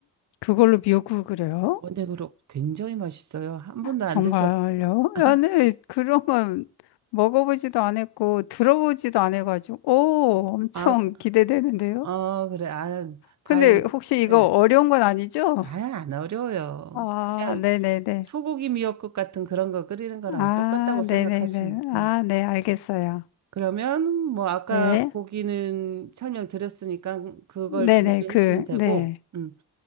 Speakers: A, on the left (about 75°); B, on the right (about 45°).
A: 그걸로 미역국을 끓여요?
B: 원액으로 굉장히 맛있어요. 한 번도 안
A: 정말요?
B: 드셔. <laughs>
A: 아니, 그런 건 먹어보지도 안했고 들어보지도 안해가지고 오, 엄청
B: 아,
A: 기대되는데요?
B: 어, 그래. 아, 다행.
A: 근데 혹시
B: 네.
A: 이거
B: 네.
A: 어려운 건 아니죠?
B: 아, 안 어려워요.
A: 아,
B: 그냥
A: 네네네.
B: 소고기 미역국 같은 그런 거 끓이는 거랑
A: 아,
B: 똑같다고 생각하시면.
A: 네네네.
B: 음.
A: 아, 네, 알겠어요.
B: 그러면 뭐 아까
A: 네.
B: 고기는 설명드렸으니까 그걸
A: 네네,
B: 준비해
A: 그,
B: 주시면 되고.
A: 네.
B: 음.